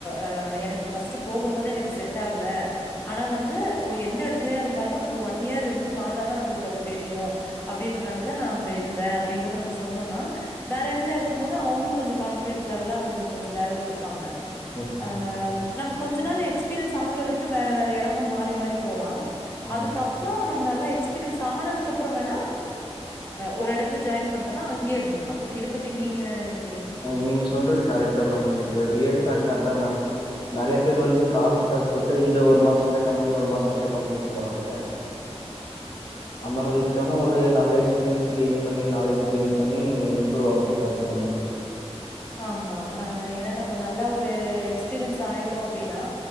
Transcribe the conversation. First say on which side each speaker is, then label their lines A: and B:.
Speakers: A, on the left; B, on the left.
A: அஹ் எனக்கு ஃபஸ்ட் போகும் போதே எனக்கு செட் ஆகல ஆனா வந்து ஒ எந்த இடத்துலயா இருந்தாலு நம்ம ஒன் இயர் இருந்து பாத்தாதான் நம்மளுக்கு அது தெரியும் அப்டின்றனாலதான் நான் அங்க இருந்தேன் அப்டின்றது நம்ம சொன்னோனா வேற இடத்துல இருக்கும் போது அவுங்களும் கொஞ்சோ கான்பிடன்ட் லெவல்லா நம்மளுக்கு கொஞ்சம் வேல குடுப்பாங்க.
B: எஸ் மேம்
A: அ நம்ம கொஞ்ச நாள் எக்ஸ்பீரியன்ஸ் ஆகுற வரைக்கும் வேற வேற இடமா மாறி மாறி போலாம்
B: ஆமா
A: அதுக்கப்புறம் நம்ம நல்லா எக்ஸ்பீரியன்ஸ் ஆனதுக்கு அப்புறம் வேணா ஒரு இடத்துல ஜாய்ன் பண்டோனா அங்கயே இருந்துக்கலாம் இத பத்தி நீங்க என்ன நெனைக்
B: மேம் நீங்க சொல்றது கரெக்ட் தான் மேம் இப்ப ரியல்பேக்ட் அதான் மேம். நெறைய பேர் வந்து காசுக்கு ஆசபட்டு இந்த ஒரு மாசம் இந்த கம்பெனி ஒரு மாசம் அந்த கம்பெனினு போவாங்க அந்த மாரி இருக்காம ஒரு நல்ல எக்ஸ்பீரியன்ஸ் கெய்ன் பண்ணி நாலேஜ் கெய்ன் பண்ணி இம்ரூவ் ஆகுறது கரக்ட் தான் மேம்
A: ஆமா ஆஹ் ஏன்னா நம்ம நல்ல ஒரு எக்ஸ்பீரியன்ஸ் ஆயிட்டோம் அப்டின்னா